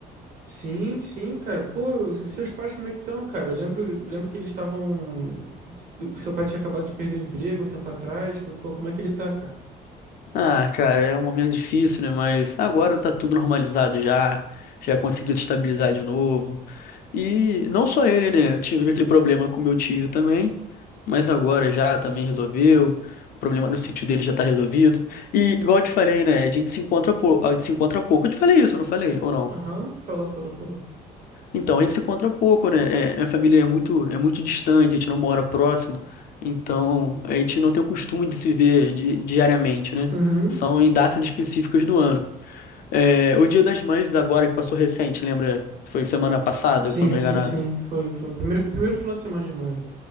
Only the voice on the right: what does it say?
Sim, sim, cara. Pô, e seus pais como é que estão, cara? Eu lembro, lembro que eles estavam. O seu pai tinha acabado de perder o emprego um tempo atrás. Co- co- Como é que ele tá, cara?
Aham, falou, falou, falou.
Uhum.
Sim,
sim,
sim. Foi, foi o primeiro, primeiro final de semana de maio.